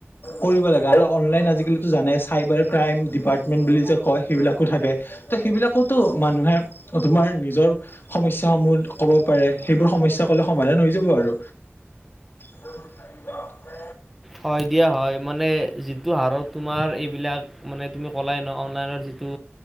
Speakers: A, on the left; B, in the centre.
A: কৰিব লাগে আৰু অনলাইন আজিকালিতো জানাই চাইবাৰ ক্ৰাইম ডিপাৰ্টমেন্ট বুলি যে কয় সেইবিলাকো থাকে। ত' সেইবিলাকতো মানুহে তোমাৰ নিজৰ সমস্যাসমূহ ক'ব পাৰে। সেইবোৰ সমস্যা ক'লে সমাধান হৈ যাব আৰু। <unintelligible>
B: হয় দিয়া হয়। মানে যিটো হাৰত তোমাৰ এইবিলাক মানে তুমি কলাই ন' অনলাইনৰ যি টো